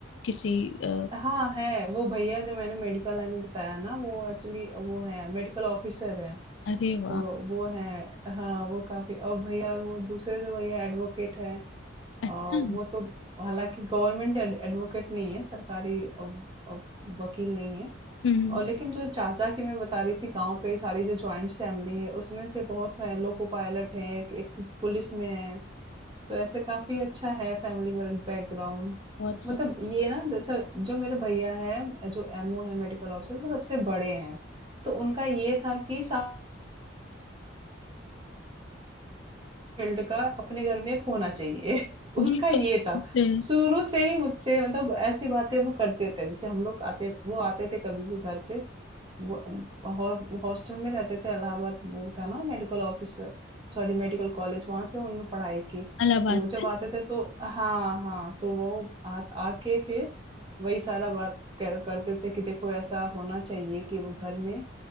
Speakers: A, on the left (about 80°); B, on the right (about 25°).
A: किसी अ,
B: हाँ है वो भैया जो मैंने मेडिकल लाइन में बताया ना वो एक्चुअली वो है मेडिकल ऑफिसर है
A: अरे वाह
B: तो वो है हाँ वो काफी और भैया वो दूसरे जो भैया एडवोकेट है
A: अच्छा
B: अ, वो तो हालांकि गवर्नमेंट एडवोकेट नहीं है सरकारी अ, अ, वकील नहीं है
A: हम्म
B: और लेकिन जो चाचा की मैं बता रही थी गांव पे सारी जो जॉइंट फैमिली है उसमें से बहुत है लोको पायलट है एक, एक पुलिस में है तो ऐसे काफी अच्छा है फैमिली बैकग्राउंड
A: बहुत
B: मतलब
A: बहुत
B: ये ना जैसे जो मेरे भैया है जो एमओ है मेडिकल ऑफिसर वो सबसे बड़े हैं तो उनका ये था कि सा- फील्ड का अपने घर में एक होना चाहिए <laughs>
A: ये
B: उनका ये
A: अ,
B: था शुरू से ही मुझसे मतलब ऐसी बातें वो करते थे जैसे हम लोग आते वो आते थे कभी भी घर पे वो हॉ- हॉस्टल में रहते थे इलाहाबाद वो था ना medical office sorry medical college वहां से उन्होंने पढ़ाई की
A: अलाहाबाद
B: तो वो
A: से
B: जब आते थे तो हाँ हाँ तो वो आ, आके फिर वही सारा बात कर, करते थे कि देखो ऐसा होना चाहिए कि वो घर में